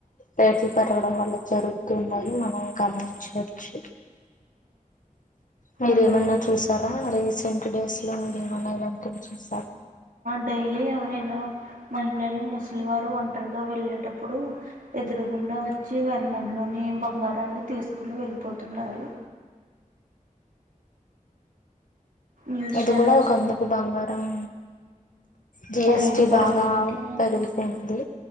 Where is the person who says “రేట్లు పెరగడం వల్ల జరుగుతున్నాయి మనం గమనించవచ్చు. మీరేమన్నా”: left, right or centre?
Left